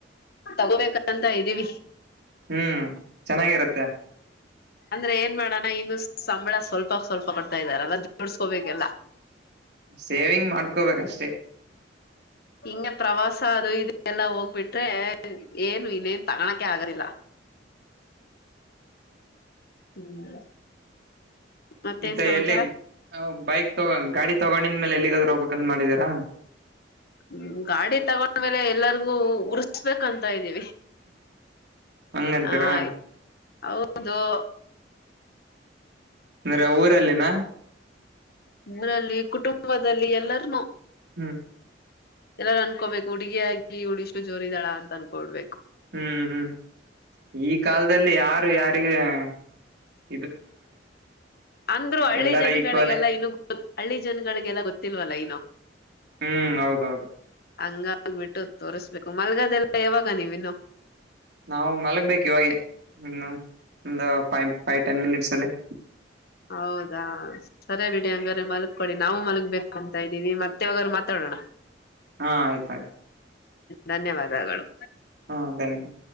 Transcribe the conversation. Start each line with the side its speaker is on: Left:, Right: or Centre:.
Left: ತಗೋಬೇಕಂತ ಇದ್ದೀವಿ. -
Right: ಹ್ಮ್, ಚೆನ್ನಾಗಿರತ್ತೆ. -
Left: ಅಂದ್ರೆ ಏನ್ ಮಾಡಣ ಇನ್ನು ಸಂಬಳ., - ಸ್ವಲ್ಪ -ಸ್ವಲ್ಪ ಕೊಡ್ತಾ ಇದ್ದಾರಲ್ಲ ಜೋಡ್ಸ್ಕೋಬೇಕಲ್ಲ.
Right: ಸೇವಿಂಗ್ ಮಾಡ್ಕೋಬೇಕಷ್ಟೇ., -
Left: ಹಿಂಗ ಪ್ರವಾಸ ಅದು ಇದು ಎಲ್ಲಾ ಹೋಗ್ಬಿಟ್ರೆ, ಏನು ಇನ್ನೇನ್ ತಗಳಕೆ ಆಗದಿಲ್ಲ. - ಹ್ಮ್, ಮತ್ತೇನ್
Right: ಮತ್ತೆ
Left: ಸಮಾಚಾರ
Right: ಎಲ್ಲಿ ಬೈಕ್ ತಗೊಂಡ ಗಾಡಿ ತಗೊಂಡಿದ್ಮೇಲೆ ಎಲ್ಲಿಗ., - ಪ ಮಾಡಿದೀರಾ <unintelligible>
Left: ಹ್ಮ್, ಗಾಡಿ ತಗೊಂಡ್ಮೇಲೆ ಎಲ್ಲರಿಗೂ ಉರ್ಸ್ಬೇಕಂತ., - ತೀವಿ
Right: ಹಂಗಂತೀರಾ
Left: ಆ ಆಯ್ತು ಹೌದು. -
Right: ಅಂದ್ರೆ ಊರಲ್ಲಿನಾ., -
Left: ಊರಲ್ಲಿ ಕುಟುಂಬದಲ್ಲಿ ಎಲ್ಲಾರ್ನು., -
Right: ಹ್ಮ್,
Left: ಎಲ್ಲಾರು ಅನ್ಕೋಬೇಕು ಹುಡುಗಿ ಆಗಿ ಉಡಿಷ್ಟು ಜೋರಿದಾಳ ಅಂತ ಅನ್ಕೊಡ್ಬೇಕು., -
Right: ಹ್ಮ್- ಹ್ಮ್ ಈ ಕಾಲದಲ್ಲಿ ಯಾರ- ಯಾರಿಗೆ, -
Left: ಅಂದ್ರು ಹಳ್ಳಿ
Right: ಎಲ್ಲಾರೂ
Left: ಜನಗಳಿಗೆಲ್ಲಾ
Right: ಈಕ್ವಲೆ
Left: ಇನ್ನು ಹಳ್ಳಿ ಜನಗಳಿಗೆಲ್ಲ ಗೊತ್ತಿಲ್ವಲ್ಲ ಇನ್ನು
Right: ಹ್ಮ್ ಹೌದೌದು
Left: ಹಂಗ., - ಆಗ್ಬಿಟ್ಟು ತೋರಿಸ್ಬೇಕು. ಮಲ್ಗದೆೆಲ್ಲ ಯಾವಾಗ ನೀವಿನ್ನು, -
Right: ನಾವು ಮಲಗ್ಬೇಕು ಇವಾಗನ್ನು ಒಂದು ಫೈವ್ ಫೈವ್ ಟೆನ್ ಮಿನಿಟ್ಸ್ ಅಲ್ಲಿ., -
Left: ಹೌದಾ ಸರಿ ಬಿಡಿ ಹಂಗ್ರ ಮಲ್ಕೊಡಿ ನಾವು ಮಲ್ಗ್ಬೇಕು ಅಂತ ಇದ್ದೀವಿ. ಮತ್ತೆ ಒಾಗರು ಮಾತಾಡೋಣ.
Right: ಹಾ ಆಯ್ತ ಆಾಯ್ತು
Left: ಧನ್ಯವಾದಗಳು
Right: ಹಾ ಧನ್ಯವಾದ